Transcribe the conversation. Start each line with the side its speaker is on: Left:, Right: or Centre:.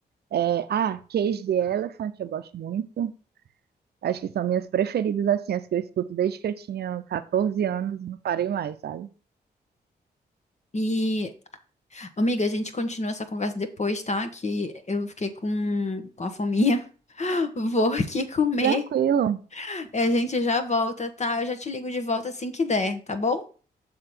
Right: é, ah, Cage the Elephant eu gosto muito. Acho que são minhas preferidas, assim, as que eu escuto desde que eu tinha 14 anos e não parei mais, sabe?
Left: E, amiga, a gente continua essa conversa depois, tá? Que eu fiquei com, com a fominha. <laughs> Vou aqui comer.
Right: Tranquilo,
Left: E a gente já volta, tá? Eu já te ligo de volta assim que der, tá bom?